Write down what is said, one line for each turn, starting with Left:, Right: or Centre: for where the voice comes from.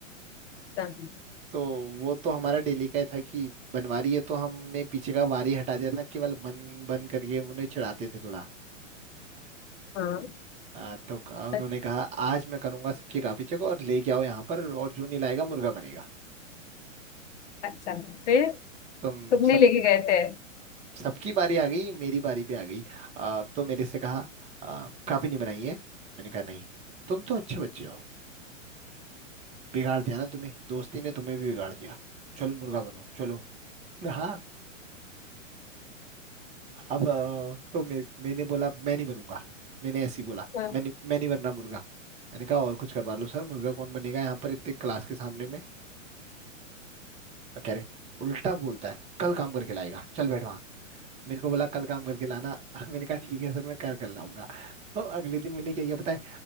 Left: हाँ, हाँ।
Right: तो वो तो हमारा डेली का ही था कि बनवारी है तो हमने पीछे का वारी हटा दिया था केवल बन बन करके उन्हें चिढ़ाते थे थोड़ा
Left: हाँ
Right: आ, तो क- उन्होंने
Left: अ-
Right: कहा आज मैं करूंगा सबकी कॉपी चेक और लेके आओ यहाँ पर और जो नहीं लाएगा मुर्गा बनेगा
Left: अच्छा फिर
Right: तो हम
Left: तुमने
Right: सब
Left: लेके गए थे
Right: सबकी बारी आ गई मेरी बारी भी आ गई आ, तो मेरे से कहा आ, कॉपी नहीं बनाई है मैंने कहा नहीं तुम तो अच्छे बच्चे हो बिगाड़ दिया ना तुम्हें दोस्ती ने तुम्हें भी बिगाड़ दिया चल मुर्गा बनो चलो "हाँ, अब अ, तो मे, मैंने बोला मैं नहीं बनूंगा मैंने ऐसे ही बोला
Left: हाँ।
Right: मैं नहीं मैं नहीं बन रहा मुर्गा मैंने कहा और कुछ करवा लो सर मुर्गा कौन बनेगा यहाँ पर इतने क्लास के सामने में कह रहे उल्टा बोलता है कल काम करके लाएगा चल बैठ वहाँ मेरे को बोला कल काम करके लाना <laughs> मैंने कहा ठीक है सर मैं कर कर लाऊंगा तो अगले दिन मैंने क्या किया पता है